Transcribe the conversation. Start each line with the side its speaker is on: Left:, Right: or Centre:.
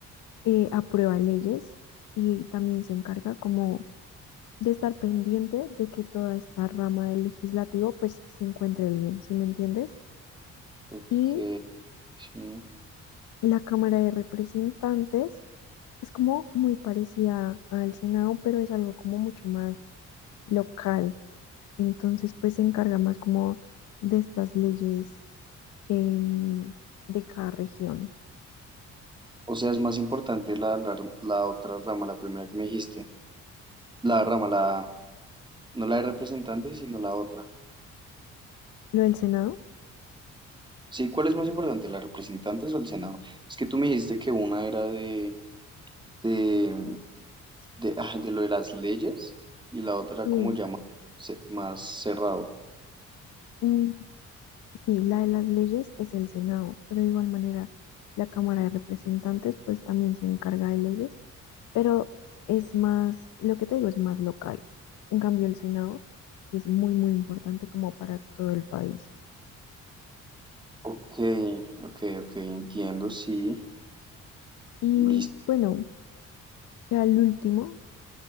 Left: eh, aprueba leyes y también se encarga como de estar pendiente de que toda esta rama del legislativo pues se encuentre bien, ¿sí me entiendes?
Right: Ok.
Left: Y
Right: sí.
Left: La Cámara de Representantes es como muy parecida al Senado, pero es algo como mucho más local. Entonces, pues se encarga más como de estas leyes em, de cada región.
Right: O sea, es más importante la, la, la otra rama, la primera que me dijiste. La rama, la, no la de representantes, sino la otra.
Left: Lo del Senado,
Right: Sí, ¿cuál es más importante, la de representantes o el Senado? Es que tú me dijiste que una era de de, de, ah, de lo de las leyes y la otra era
Left: sí,
Right: como ya más, ce- más cerrado.
Left: mm, sí, la de las leyes es el Senado, pero de igual manera la Cámara de Representantes pues también se encarga de leyes, pero es más, lo que te digo es más local. En cambio, el Senado es muy, muy importante como para todo el país.
Right: Ok, ok, ok, entiendo, sí.
Left: Y
Right: Listo,
Left: bueno, ya el último,